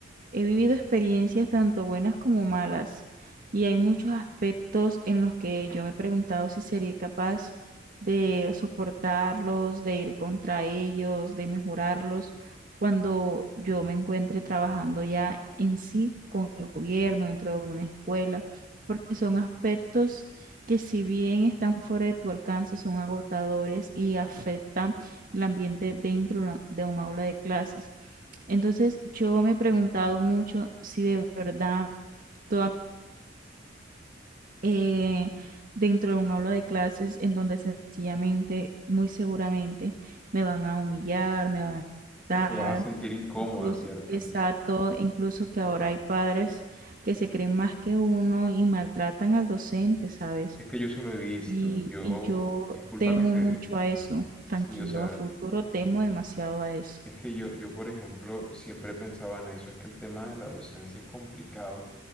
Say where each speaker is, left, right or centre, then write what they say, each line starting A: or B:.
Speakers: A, on the right; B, in the centre.
A: He vivido experiencias tanto buenas como malas y hay muchos aspectos en los que yo me he preguntado si sería capaz de soportarlos, de ir contra ellos, de mejorarlos cuando yo me encuentre trabajando ya en sí con el gobierno, dentro de una escuela, porque son aspectos que si bien están fuera de tu alcance, son agotadores y afectan el ambiente dentro de una- de un aula de clases. Entonces yo me he preguntado mucho si de verdad toda, eh, dentro de un aula de clases en donde sencillamente, muy seguramente, me van a humillar, me van a dar,
B: ¿O te vas a sentir incómoda,
A: incluso,
B: cierto?
A: exacto, incluso que ahora hay padres que se creen más que uno y maltratan al docente, ¿sabes?
B: Es que yo solo he visto,
A: Y,
B: yo,
A: y yo
B: disculpa
A: temo
B: que te,
A: mucho a eso, tranquilo,
B: sí, o sea,
A: a futuro temo demasiado a eso.
B: es que yo, yo por ejemplo siempre pensaba en eso, es que el tema de la docencia es complicado